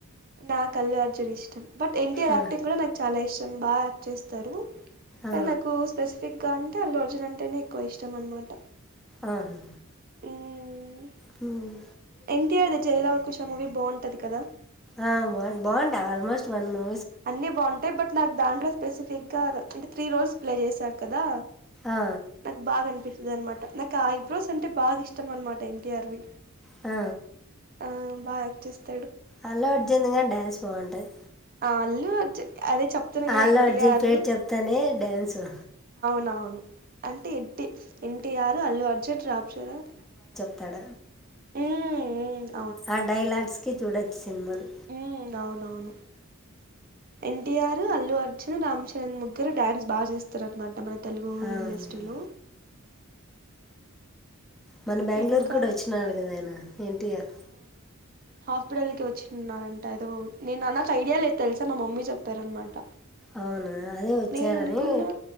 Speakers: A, on the right (about 40°); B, in the centre.
A: నా అల్లు అర్జున్ ఇష్టం బట్ ఎన్టీఆర్
B: ఆ,
A: యాక్టింగ్ కూడా నాకు చాలా ఇష్టం బాగా యాక్ట్ చేస్తారు
B: ఆ,
A: కానీ నాకు స్పెసిఫిక్ ఇంకా అంటే అల్లు అర్జున అంటేనే ఎక్కువ ఇష్టం అనమాట
B: ఆహా
A: హ్మ్మ్
B: హ్మ్
A: ఎన్టీఆర్ జయలావకుష మూవీ బాగుంటది కదా
B: ఆ బాగు బాగుంటాయి ఆల్మోస్ట్ వన్ మూ
A: అన్నీ బాగుంటాయి బట్ నాకు దాంట్లో స్పెసిఫిక్ గా అంటే త్రీ రోల్స్ ప్లే చేశారు కదా
B: ఆ,
A: నాకు బాగా అనిపిస్తు ఇదనమాట నాకు ఆ ఐబ్రోస్ అంటే బాగా ఇష్టం అనమాట ఎన్టీఆర్వి
B: ఆ
A: అ బాగా యాక్ట్ చేస్తా
B: అల్లు అర్జున్ గాని డాన్స్ బంటది
A: అల్లు అర్జున్ అదే చెప్తున్నా కదా
B: అల్లు
A: ఎన్టీఆర్
B: అర్జున్ పేరు చెప్తానే డ్యాన్సు
A: అవును అంటే ఏంటి అర్ అల్లుు అర్జున్ రాంచరణ్
B: తడ
A: ఉమ్మ్మ్
B: ఆ డైలాగ్స్ కి చూడొచ్చు సినిమాలు
A: మ్మ్ అవునవును ఎన్టీఆర్ అల్లు అర్జున్ రామ్ చరణ్ ముగ్గురు డడాన్స్ బాగా చేస్తారునమాట మన తెలుగు
B: ఆ.
A: ఇండస్ట్రీలో
B: మన బెంగళూరుకి
A: ఇంకా
B: కూడా వచ్చినడు కదా ఆయన ఎన్టీఆర్
A: హాస్పిటల్ కి వచ్చిన్నారంట ఏదో నేను నా నాకు ఐడియా లేదు తెలుసా మా మమ్మీ చెప్పారనమాట
B: అవును అదే వచ్చారని
A: నేను అనుకున్నా